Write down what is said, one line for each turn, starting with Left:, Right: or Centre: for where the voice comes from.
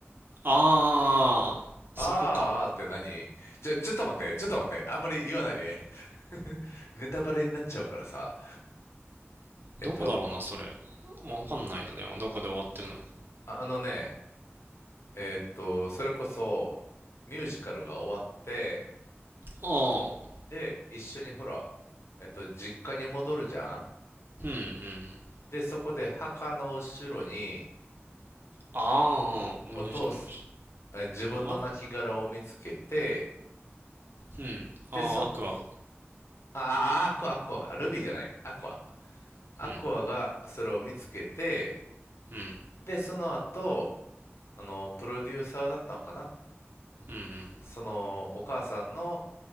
Right: あ、
Left: あーあーって何ちょ、
Right: そこか。
Left: ちょっと待って、ちょっと待って、あんまり言わないで。<laughs> ネタバレになっちゃうからさ。えっと、
Right: どこだろうな、それ。わかんないな、でも、どこで終わってるのか。
Left: あ、あのね、えっと、それこそ、ミュージカルが終わって、
Right: ああ、
Left: で、一緒にほら、えっと、実家に戻るじゃん
Right: うんうん。
Left: で、そこで墓の後ろに、
Right: ああ、思い出した思い出し
Left: お父す、え自分の亡骸を見つけて、
Right: た。あれうん。
Left: で、
Right: ああ、
Left: そ、
Right: アクアが。
Left: ああ、アクア、アクア、ルビーじゃない、アクア。アクアがそれを見つけて、
Right: うん。うん。
Left: で、その後、あの、プロデューサーだったんかな
Right: うんうん。
Left: その、お母さんの